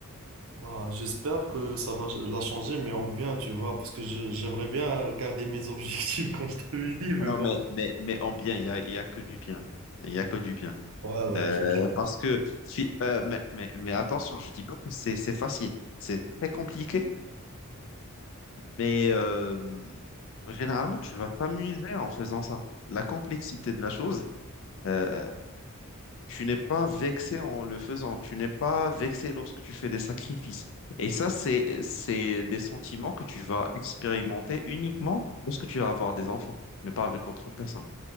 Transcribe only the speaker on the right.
Bah, j'espère que ça va la changer, mais en bien, tu vois, parce que je- j'aimerais bien garder mes objectifs, <laughs> comme je t'avais dit, mais
bon.
Ouais, ouais,
je, je-